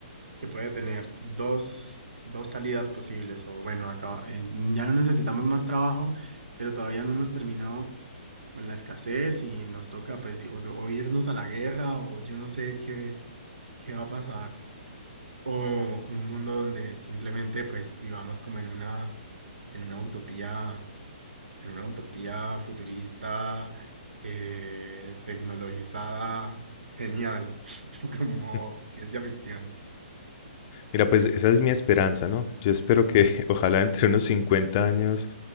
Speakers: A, on the right; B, on the left.
A: que puede tener dos, dos salidas posibles, o bueno, acá eh, ya no necesitamos más trabajo, pero todavía no hemos terminado con la escasez y nos toca pues o, o irnos a la guerra o yo no sé qué, qué va a pasar, o un mundo donde simplemente pues vivamos como en una, en una utopía, en una utopía futurista, eh, tecnologizada, genial, <laughs> como
B: <laughs>
A: ciencia ficción.
B: Mira, pues esa es mi esperanza, ¿no? Yo espero que <laughs> ojalá entre unos 50 años